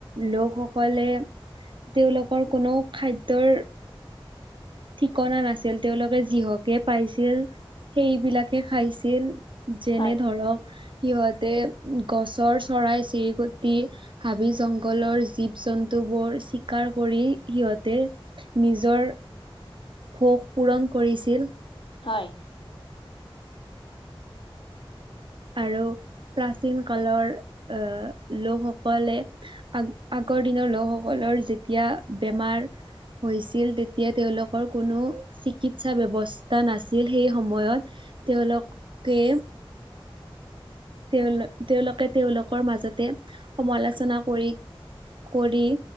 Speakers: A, on the right; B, on the left.
A: লোকসকলে তেওঁলোকৰ কোনো খাদ্যৰ ঠিকনা নাছিল তেওঁলোকে যিহকে পাইছিল সেইবিলাকে খাইছিল। যেনে
B: হয়, হয়,
A: ধৰক সিহঁতে গছৰ চৰাই - চিৰিকটি হাবি - জংঘলৰ জীৱ - জন্তুবোৰ চিকাৰ কৰি সিহঁতে নিজৰ ভোক পূৰণ কৰিছিল।
B: হয়।
A: আৰু প্ৰাচীন কালৰ আহ লোকসকলে আগ আগৰ দিনৰ লোকসকলৰ যেতিয়া বেমাৰ হৈছিল তেতিয়া তেওঁলোকৰ কোনো চিকিৎসা ব্যৱস্থা নাছিল সেই সময়ত তেওঁলোকে তেওঁল তেওঁলোকে তেওঁলোকৰ মাজতে সমালোচনা কৰি কৰি